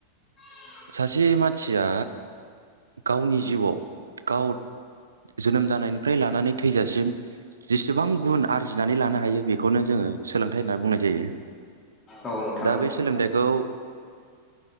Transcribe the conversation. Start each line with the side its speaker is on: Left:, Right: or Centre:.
Left: <inaudible>
Right: सासे मानसिया गावनि जिउआव गाव जोनोम जानायनिफ्राय लानानै थैजासिम जिसे गोबां गुन आरजिनानै लानो हायो बेखौनो जोङो सोलोंथाइ होनना बुंनाय जायो
Left: औ नोंथां
Right: दा
Left: औ
Right: बे सोलोंथाइखौ